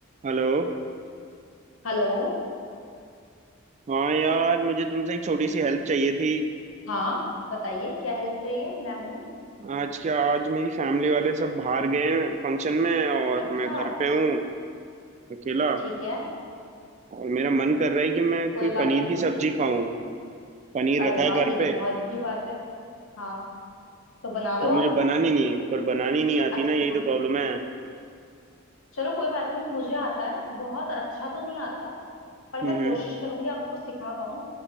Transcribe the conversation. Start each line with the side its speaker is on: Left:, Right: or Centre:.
Right: Hello
Left: Hello
Right: हाँ यार मुझे तुमसे एक छोटी सी हेल्प चाहिए थी
Left: हाँ बताइए क्या हेल्प चाहिए मैं हूँ
Right: आज क्या आज मेरी फैमिली वाले सब बाहर गए हैं फंक्शन में और
Left: अच्छा
Right: मैं घर पे हूँ अकेला
Left: ठीक है
Right: और मेरा मन कर रहा है कि मैं कोई
Left: कोई बात
Right: पनीर
Left: नहीं
Right: की सब्जी खाऊं पनीर
Left: अरे
Right: रखा
Left: वाह
Right: है घर
Left: ये तो
Right: पे
Left: बहुत अच्छी बात है हाँ तो बना लो
Right: पर मुझे
Left: आप
Right: बनानी नहीं पर बनानी नहीं आती
Left: अच्छा
Right: ना यही तो प्रॉब्लम है
Left: चलो कोई बात नहीं मुझे आता है बहुत अच्छा तो नहीं आता पर मैं
Right: हम्म
Left: कोशिश करूंगी आपको सिखा पाऊँ